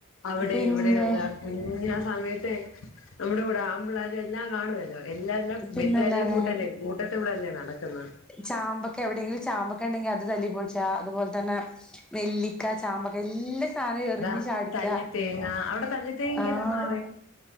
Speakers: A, on the left (about 70°); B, in the centre.
A: അവിടെ
B: പിന്നെ
A: ഇവിടെ ഒരാ കുഞ് ആ സമയത്തെ നമ്മുടെ കൂടെ ആമ്പിള്ളേരും എല്ലാം കാണുവാല്ലോ എല്ലാര്
B: പിന്നല്ലാതെ
A: ബെറ്റാലിയം കൂട്ടല്ലേ കൂട്ടത്ത് കൂടെല്ലേ നടക്കന്ന
B: ചാമ്പൊക്കെ എവിടെങ്കിലും ചാമ്പൊക്കെ ഉണ്ടെങ്കി അത് തല്ലിപൊളിച്ച അതുപോലെ തന്നെ നെല്ലിക്ക ചാമ്പക്ക എല്ലാ സാന എറിഞ്ഞ്
A: ഇതാ
B: ചാടിക്ക
A: തല്ലിത്തേങ്ങ അവിടെ തല്ലിത്തേങ്ങക്ക്
B: ആഹ്
A: എന്തെന്നാ പറയാ